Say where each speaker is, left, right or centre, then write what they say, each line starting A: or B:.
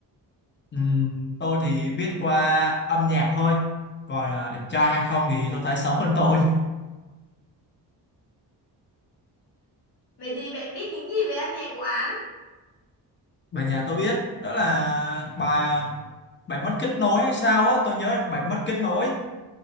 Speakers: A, on the left; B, on the left.
A: Ừm, tôi thì biết qua âm nhạc thôi còn à, đẹp trai hay không thì tôi thấy xấu hơn tôi
B: Vậy thì bạn biết những gì về âm nhạc của anh?
A: bài nhạc tôi biết đó là bài ờ, bài mất kết nối hay sao á tôi nhớ bài mất kết nối